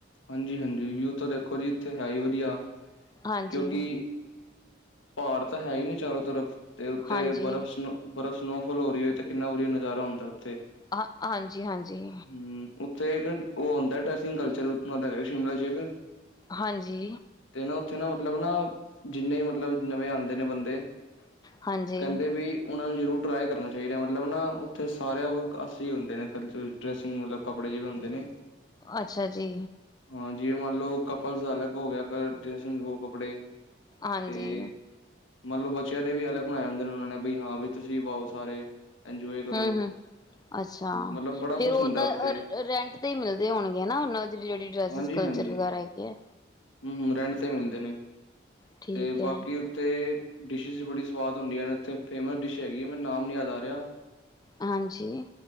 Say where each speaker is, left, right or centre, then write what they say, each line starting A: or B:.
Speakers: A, on the left; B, on the left.
A: ਹਂਜੀ, ਹਂਜੀ ਵਿਊ ਤੋਂ ਦੇਖੋ ਜੀ ਇੱਥੇ ਹੈ ਈ ਵਧੀਆ।
B: ਹਂਜੀ।
A: ਕਿਉਂਕਿ ਪਹਾੜ ਤਾਂ ਹੈ ਹੀ ਨੀ ਚਾਰੋ ਤਰਫ ਤੇ ਉੱਤੇ
B: ਹਾਂਜੀ
A: ਬਰਫ਼ ਬਰਫ਼ ਸਨੋਫਾਲ ਹੋ ਰਹੀ ਔ ਤੇ। ਕਿਨਾ ਵਧੀਆ ਨਜ਼ਾਰਾ ਹੁੰਦਾ ਉੱਥੇ
B: ਹਾਂ ਹਾਂਜੀ ਹਾਂਜੀ
A: ਹੂੰ। ਉੱਥੇ ਇੱਕ ਉਹ ਹੁੰਦਾ ਡਰੈਸਿੰਗ ਕਲਚੱਰ ਸ਼ਿਮਲਾ ਚ ਇੱਕ।
B: ਹਂਜੀ।
A: ਤੇ ਨਾ ਉੱਥੇ ਨਾ ਮਤਲਬ ਨਾ। ਜਿੰਨੇ ਮਤਲਬ ਨਵੇਂ ਆਂਦੇ ਨੇ ਬੰਦੇ
B: ਹਾਂਜੀ
A: ਉਹ ਕੈਂਦੇ ਬਈ ਉਨਾਂ ਨੂੰ ਜ਼ਰੂਰ ਟਰਾਈ ਕਰਨਾ ਚੈਦਾ ਮਤਲਬ ਨਾ ਉੱਥੇ ਸਾਰੇਆਂ ਵਿਕਾਆਸੇ ਹੀ ਹੁੰਦੇ ਨੇ ਕਲਚਰ। ਡਰੈਸਿੰਗ ਮਤਲਬ ਕੱਪੜੇ ਵੀ ਬਣਦੇ ਨੇ।
B: ਅੱਛਾ ਜੀ।
A: ਹਾਂ ਜਿਵੇਂ ਮੰਨ ਲੋ ਕਪਲ ਦਾ ਅਲੱਗ ਹੋ ਗਿਆ ਕ ਡਰੈਸਿੰਗ ਵੋ ਕੱਪੜੇ।
B: ਹਾਂਜੀ।
A: ਤੇ ਮੰਨ ਲੋ ਬੱਚਿਆਂ ਦੇ ਵੀ ਅਲੱਗ ਬਣਾਇਆ ਹੁੰਦਾ ਉਨਾਂ ਨੇ ਵੀ ਹਾਂ ਬਈ ਤੁਸੀਂ ਵੀ ਪਾਓ ਸਾਰੇ। ਐਜੋਏ ਕਰੋ।
B: ਹੂੰ-ਹੂੰ, ਅੱਛਾ
A: ਮਤਲਬ ਬੜਾ
B: ਫੇਰ
A: ਕੁਛ
B: ਓ
A: ਹੁੰਦਾ
B: ਤਾਂ
A: ਉੱਥੇ
B: ਅ ਰੈਂਟ 'ਤੇ ਈ ਮਿਲਦੇ ਹੋਣਗੇ ਨਾ ਉਨਾਂ ਦੇ ਜੇੜੀ ਡਰੈਸਿਸ
A: ਹਾਂਜੀ-ਹਾਂਜੀ
B: ਕਲਚਰ ਵਗੈਰਾ ਹੈਗੀ ਐ।
A: ਹੂੰ ਰੈਂਟ 'ਤੇ ਮਿਲਦੇ ਨੇ
B: ਠੀਕ
A: 'ਤੇ
B: ਹੈ,
A: ਬਾਕੀ 'ਤੇ ਡਿਸ਼ਿਸ ਵੀ ਬੜੀ ਸਵਾਦ ਹੁੰਦੀਆਂ ਨੇ ਉੱਥੇ ਫੇਮਸ ਡਿਸ਼ ਹੈਗੀ ਏ ਮੈਨੂੰ ਨਾਮ ਨੀ ਯਾਦ ਆ ਰੇਆ
B: ਹਾਂਜੀ।